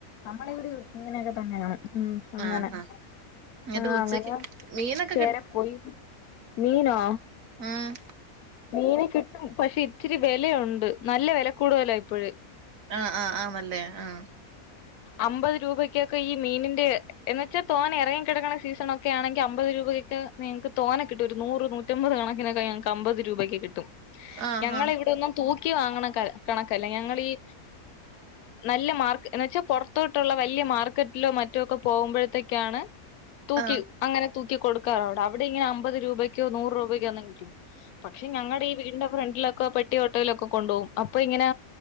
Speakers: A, on the left (about 85°); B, on the right (about 65°).
A: നമ്മളിവിടെ ഇങ്ങനെ തന്നെയാണ് മം അങ്ങനെ
B: ആഹ് ആഹ് എന്നിട്ട്
A: ആ
B: ഉച്ചക്ക്
A: അങ്ങനെചേര
B: മീനൊക്കെ
A: പോയി മീനോ
B: ആഹ്
A: മീനെ കിട്ടും പക്ഷെ ഇച്ചിരി വിലയുണ്ട് നല്ല വിലകൂടല ഇപ്പഴ്
B: ആ ആ ആമല്ലേ ആ
A: അമ്പത് രൂപക്കെ ഈ മീനിൻന്റെ എന്ന വച്ചാൽ തോനെ ഇറങ്ങി കിടക്കണ സീസണൊക്കെ ആണെങ്കിൽ അമ്പത് രൂപയ്ക്ക് നിങ്ങൾക്ക് തോനെ കിട്ടും ഒരു നൂറ് നൂറ്റമ്പത് കണക്കിനൊക്കെ ഞങ്ങൾക്ക് അമ്പ രൂപ കിട്ടും
B: ആഹ്
A: ഞങ്ങ ഇവിടെന്നും തൂക്കി വാങ്ങണ കണക്കല്ല ഞങ്ങളി ഈ നല്ല മാർക്ക് എന്ന വെച്ചാൽ പുറത്തോട്ടുള്ള വലിയ മാർക്കറ്റിലോ മറ്റോ ഒക്കെ പോകുമ്പോഴത്തേക്കാണ് തൂക്കി
B: ആഹ്
A: അങ്ങനെ തൂക്കി കൊടുക്കാറോ അവിടെ ഇങ്ങന അമ്പത് രൂപയ്ക്കോ നൂറ് രൂപക്കോ ഒന്നും കിട്ടില്ല പക്ഷെ ഞങ്ങടെ ഈ വീടിന്റെ ഫ്രണ്ടിലൊക്കെ പെട്ടി ഓട്ടയിലൊക്കെ കൊണ്ട്പോകും അപ്പൊ ഇങ്ങനെ